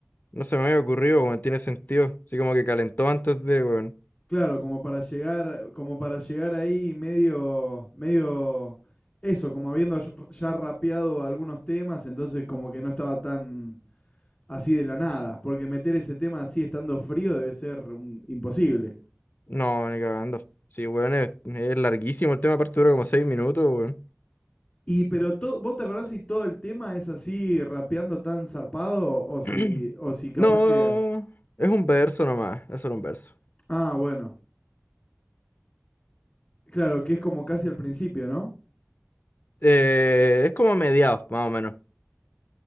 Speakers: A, on the left (about 40°); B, on the left (about 20°).
A: no se me había ocurrido, weón, tiene sentido. Así como que calentó antes de, weón.
B: Claro, como para llegar, como para llegar ahí medio, medio eso, como habiendo ya ya rapeado algunos temas, entonces como que no estaba tan así de la nada, porque meter ese tema así estando frío debe ser un- imposible.
A: No, ni cagando. Sí, weón, es, es larguísimo el tema, aparte dura como seis minutos, weón.
B: Y pero to- ¿vos te acordás si todo el tema es así rapeando tan zarpado o si
A: <clears throat>
B: o si capaz
A: No,
B: que
A: es un verso nomás, es solo un verso.
B: Ah, bueno. Claro, que es como casi al principio, ¿no?
A: Eh, es como mediados, más o menos.